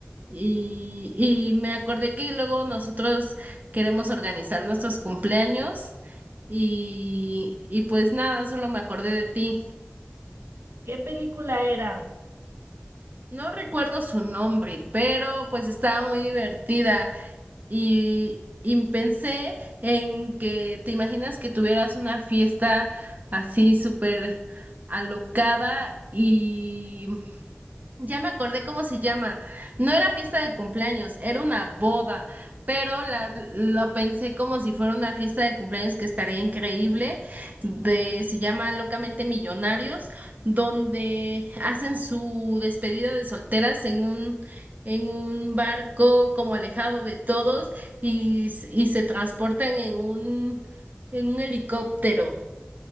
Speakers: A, on the right; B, on the right.
A: y, y me acordé que luego nosotros queremos organizar nuestros cumpleaños y, y pues nada, solo me acordé de ti.
B: ¿Qué película era?
A: No recuerdo su nombre, pero pues estaba muy divertida y, y pensé en que te imaginas que tuvieras una fiesta así súper alocada y ya me acordé cómo se llama. No era fiesta de cumpleaños, era una boda, pero la, lo pensé como si fuera una fiesta de cumpleaños que estaría increíble. De, se llama Locamente Millonarios, donde hacen su despedida de solteras en un, en un barco como alejado de todos y, s- y se transportan en un, en un helicóptero.